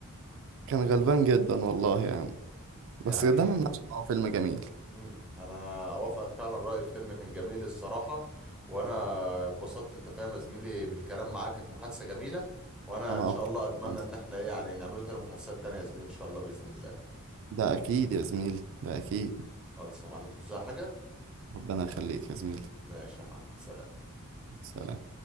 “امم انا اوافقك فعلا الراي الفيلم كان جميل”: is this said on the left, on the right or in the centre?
Centre